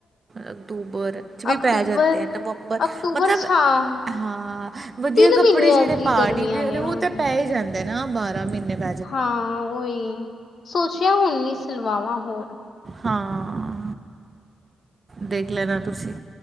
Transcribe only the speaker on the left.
ਅਕਤੂਬਰ,
ਅਕਤੂਬਰ
ਛਾਂ
ਤਿੰਨ
ਮਹੀਨਿਆਂ
ਦੀ
ਗਰਮੀਆਂ
ਨੇ
ਹੁਣ
ਹਾਂ ਓਹੀ ਸੋਚਿਆ ਹੁਣ ਨੀ ਸਿਲਵਾਵਾਂ ਹੋਰ।